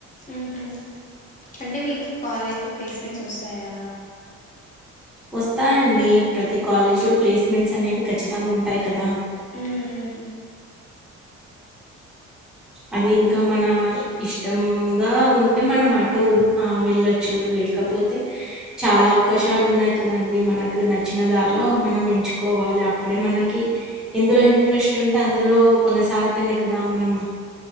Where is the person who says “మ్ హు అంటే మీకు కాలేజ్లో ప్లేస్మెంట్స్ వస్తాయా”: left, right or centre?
Left